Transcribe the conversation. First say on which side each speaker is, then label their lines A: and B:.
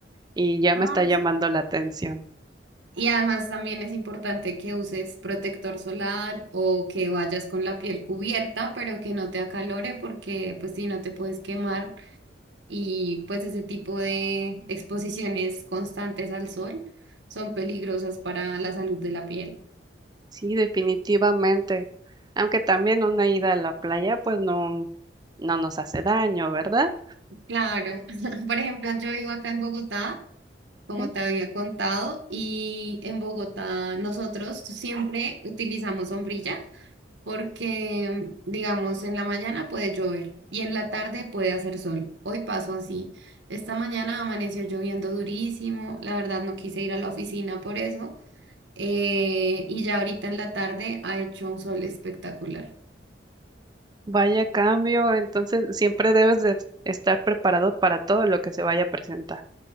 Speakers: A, on the right (about 20°); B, on the right (about 70°).
A: y ya me
B: Ah,
A: está llamando
B: s-
A: la atención.
B: Y además también es importante que uses protector solar o que vayas con la piel cubierta, pero que no te acalore porque pues si no te puedes quemar y pues ese tipo de exposiciones constantes al sol son peligrosas para la salud de la piel.
A: Sí, definitivamente. Aunque también una ida a la playa, pues no, no nos hace daño, ¿verdad?
B: Claro, <laughs> por ejemplo, yo vivo acá en Bogotá, como
A: Sí.
B: te había contado, y en Bogotá nosotros siempre utilizamos sombrilla porque, digamos, en la mañana puede llover y en la tarde puede hacer sol. Hoy pasó así. Esta mañana amaneció lloviendo durísimo, la verdad no quise ir a la oficina por eso eh, y ya ahorita en la tarde ha hecho un sol espectacular.
A: Vaya cambio, entonces siempre debes de estar preparado para todo lo que se vaya a presentar.